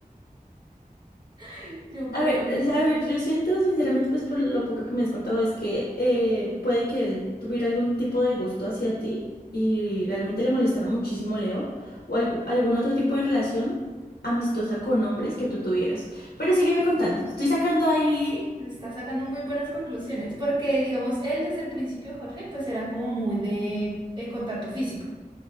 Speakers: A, on the right (about 30°); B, on the left (about 85°).
A: <laughs> Yo, pero
B: A ver,
A: amigo,
B: eh, a ver, yo siento sinceramente, pues por lo poco que me has contado, es que eh, puede que él tuviera algún tipo de gusto hacia ti y realmente le molestara muchísimo Leo o algu- algún otro tipo de relación amistosa con hombres que tú tuvieras. Pero sígueme contando, estoy sacando ahí...
A: está sacando muy buenas conclusiones porque digamos, él desde el principio, Jorge, pues era como muy de, de contacto físico.